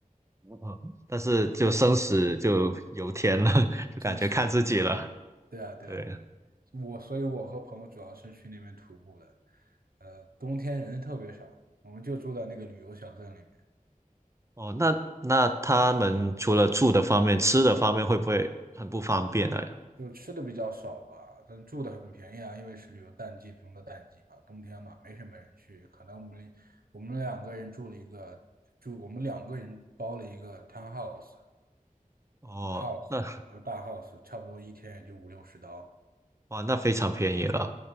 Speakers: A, on the right; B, on the right.
A: 嗯但是就生死就由天了，<laughs> 就感觉看自己了。
B: 真是我天呐！对啊，对啊。
A: 对，
B: 我，所以我和朋友主要是去那边徒步的。呃，冬天人特别少，我们就住在那个旅游小镇里面，
A: 哦，那那他们除了住的方面，吃的方面会不会很不方便呢？
B: 就吃的比较少吧，但住的很便宜啊，因为是旅游淡季中的淡季嘛，冬天嘛，没什么人去。可能我们我们两个人住了一个住，我们两个人包了一个 townhouse
A: 哦，
B: house，
A: 那
B: 然后大 house，差不多一天也就五六十刀。
A: 哇，那非常便宜了。